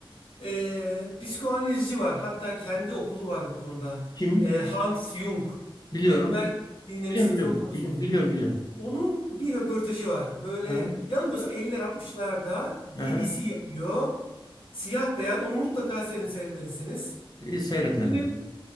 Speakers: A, on the left (about 70°); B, on the left (about 45°).
A: Ee, psikoanalizci var. Hatta kendi okulu var bu konuda.
B: Kim?
A: Ee, Hans Jung.
B: Biliyorum.
A: Belki dinlemişsinizdir,
B: Biliyorum, biliyorum.
A: okumuşsunuzdur.
B: Biliyorum, biliyorum. biliyorum.
A: Onun bir röportajı var. Böyle
B: Hı.
A: yanılmıyorsam 50'ler 60'larda BBC
B: Aha.
A: yapıyor. Siyah beyan onu mutlaka sizin seyretmelisiniz.
B: E, Seyretmedim.
A: Şimdi